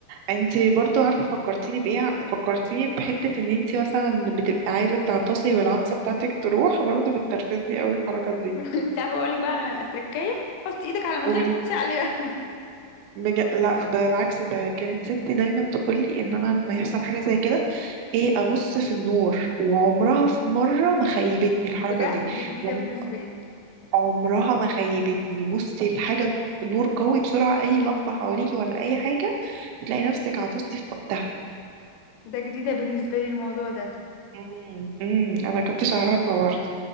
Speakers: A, on the right; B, on the left.
A: انتي برضو عارفه فكرتيني بايه ع- فكرتيني بحته ان انتي مثلا بتبقي عايزه تعطسي والعطسه بتاعتك تروح برضو بتنرفزني قوي الحركه دي
B: <laughs> انت عارفه اقولك بقى على تركايه حط ايدك على مناخيرك
A: قولي
B: وتدوسي عليها
A: بج... لا بالعكس ده كانت ستي دايما تقول لي ان انا لما يحصل حاجه زي كده ايه ابص في النور وعمرها في مره ما خيبتني
B: <laughs>
A: الحركه
B: بجد
A: دي
B: جديده
A: لما
B: بالنسبه لي
A: عمرها ما خيبتني بصي الحاجه نور قوي بسرعه اي لمبه
B: مم.
A: حواليكي ولا اي حاجه هتلاقي نفسك عطستي في وقتها
B: ده جديده بالنسبه لي الموضوع ده
A: امم امم انا كنتش اعرفها برضه